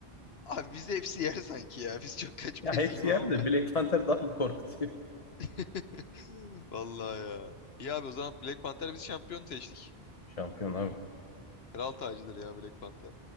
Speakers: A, on the left (about 75°); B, on the left (about 35°).
A: Abi bizi hepsi yer sanki ya. Biz çok kaçmayız
B: Ya hepsi
A: gibi
B: yerde
A: ama.
B: de Black Panther daha bir korkutuyor.
A: <laughs> Vallahi ya. İyi abi o zaman Black Panther biz şampiyon seçtik.
B: Şampiyon abi.
A: Kral tacıdır ya Black Panther.